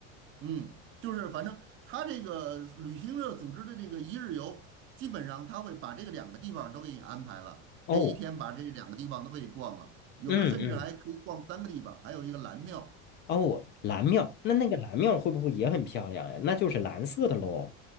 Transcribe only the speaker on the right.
嗯，就是反正他这个旅行社组织的这个一日游，基本上他会把这个两个地方都给你安排了，
这一天把这两个地方都给你逛了，有的甚至还可以逛三个地方，
还有一个蓝庙。